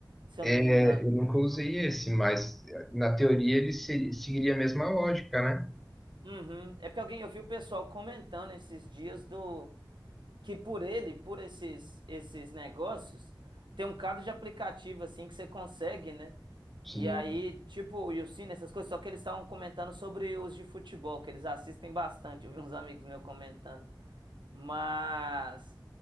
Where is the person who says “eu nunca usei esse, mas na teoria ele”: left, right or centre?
Centre